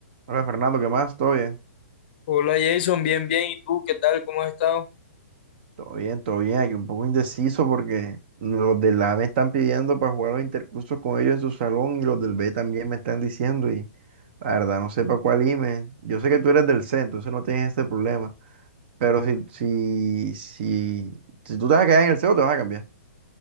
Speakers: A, on the right; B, on the left.
A: Hola Fernando, ¿qué más? ¿Todo bien?
B: Hola Jason, bien, bien. ¿Y tú qué tal? ¿Cómo has estado?
A: Todo bien, todo bien. Aquí un poco indeciso porque los del A me están pidiendo para jugar los intercursos con ellos en su salón y los del B también me están diciendo y la verdad no sé para cuál irme. Yo sé que tú eres del C, entonces no tienes ese problema. Pero si, si, si, si tú te vas a quedar en el C o te vas a cambiar.